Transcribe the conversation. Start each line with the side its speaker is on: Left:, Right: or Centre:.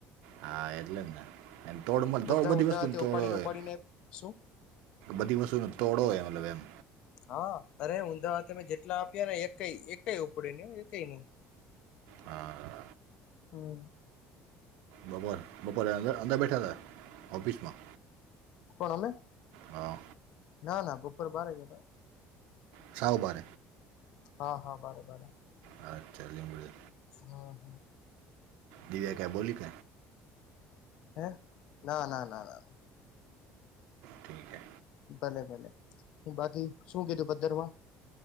Right: હા એટલે જ ને એ તોડ મળ
Left: બધા
Right: તોડ બધી
Left: ઊંધા
Right: વસ્તુને
Left: હાથે
Right: તોડ
Left: ઉપાડી
Right: હોય.
Left: ઉપાડીને શું
Right: બધી વસ્તુ તોડો એ મતલબ એમ
Left: હા અરે ઊંધા તમે જેટલા આપ્યા ને એક એક ઉપડે ને એક નહી
Right: હા
Left: હમ
Right: બપોર બપોરે અંદર અંદર બેઠા હતા ઓફિસમાં
Left: કોણ અમે
Right: હા
Left: ના ના બપોર બાર ગયા હતા.
Right: સાહબાર
Left: હા-હા બરા બરા
Right: હા, ચાલી મળળ
Left: હા હા
Right: દી ભ ક્યા બોલી ક
Left: હે ના ના ના ના
Right: ઠીકે
Left: ભલે-ભલે હ બાકી શું કીધું પદરવા